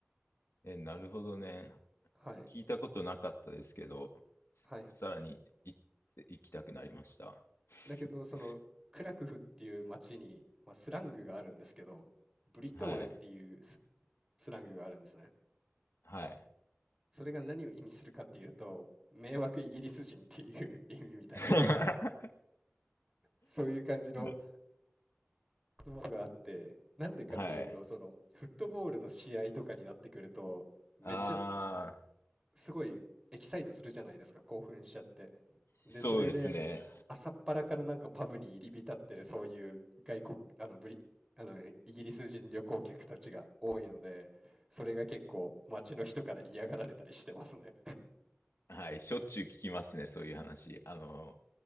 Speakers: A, on the left; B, on the right.
A: え、なるほどね。
B: はい。
A: 聞いたことなかったですけど、すさらに行って行きたくなりました。
B: はい。
A: <laughs>
B: だけど、そのクラクフっていう町に、まあ、スラングがあるんですけど、ブリトーレっていうス、
A: はい。
B: スラングがあるんですね。
A: はい。
B: それが何を意味するかっていうと、迷惑イギリス人っていう <laughs> 意味みたいな、
A: <laughs>
B: そういう感じの
A: ね
B: 言葉があってなんでかっていうとそのフットボールの試合とかになってくるとめっちゃ
A: はい。あ
B: すごいエキサイトするじゃないですか興奮しちゃってでそれで
A: あ、そうですね。
B: 朝っぱらからなんかパブに入り浸ってるそういう外国あのブリあのイギリス人旅行客たちが多いのでそれが結構街の人から嫌がられたりしてますね
A: はい。しょっちゅう聞きますね、そういう話。あの、